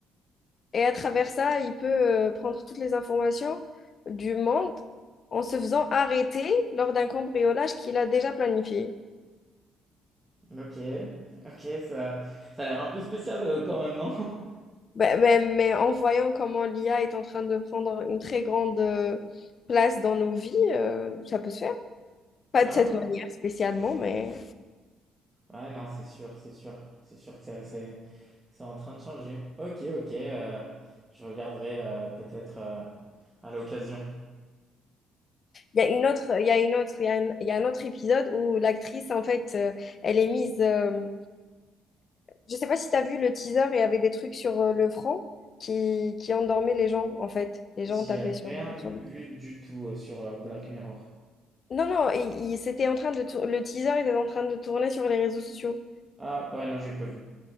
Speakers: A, on the left (about 50°); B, on the right (about 15°).
A: Et à travers ça, il peut euh, prendre toutes les informations du monde en se faisant arrêter lors d'un cambriolage qu'il a déjà planifié.
B: ok, ok, ça, ça a l'air un peu spécial euh, quand même, non? <laughs>
A: Ben- ben- mais en voyant comment l'IA est en train de prendre une très grande euh, place dans nos vies, euh, ça peut se faire. Pas
B: Ah
A: de cette
B: ouais
A: manière spécialement, mais
B: Ouais, non, c'est sûr, c'est sûr. C'est sûr que ça- c'est c'est en train de changer. Ok, ok. euh, je regarderai euh, peut-être euh, à l'occasion.
A: il y a une autre, il y a une autre, il y a un, il y a un autre épisode où l'actrice, en fait, euh, elle est mise. euh, je sais pas si tu as vu le teaser, il y avait des trucs sur euh, le front qui, qui endormaient les gens, en fait. Les gens
B: J'ai
A: tapaient
B: rien
A: sur, sur le
B: vu du tout euh, sur euh, Black Mirror.
A: Non, non, il, il- c'était en train de tour- le teaser était en train de tourner sur les réseaux sociaux.
B: Ah, ouais, non, j'ai pas vu.